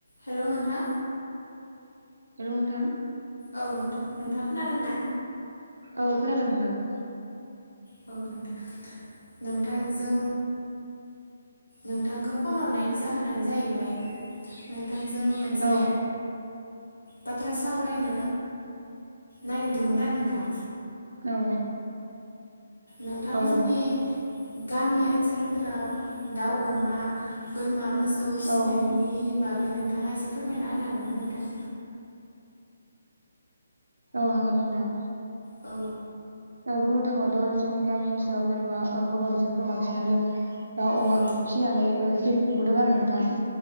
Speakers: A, on the left; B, on the right.
A: हेल' नोंथां।
B: हेल' नोंथां।
A: औ नोंथां, नोंथांआ खोनादों ना?
B: औ खोनादों नोंथां।
A: औ नोंथां, नोंथांजों नोंथांखौ फन हरनायनि जाहोनानो जाहैबाय नों थांजों मोनसे
B: औ
A: बाथ्रा सावरायनो नागिरदोंमोन आरो नोंथां।
B: औ
A: नोंथांमोननि
B: औ
A: गामि ओनसोलफोराव दाउ, अमा, बोरमा, मोसौ फिसिनायनि
B: औ
A: बा गै नोंथाङा एसे फोरमायना होनो हागोनना नोंथां?
B: औ हागोन नोंथां।
A: औ
B: ओ बुंनो थाङोबाथ' जोंनि गामि ओनसोलाव जेनेबा ओ बर' आइजोफोरा बांसिनानो दाउ, अमा
A: औ
B: फिसिनानै ओ जिउ खुंबोदों आरो नोंथां।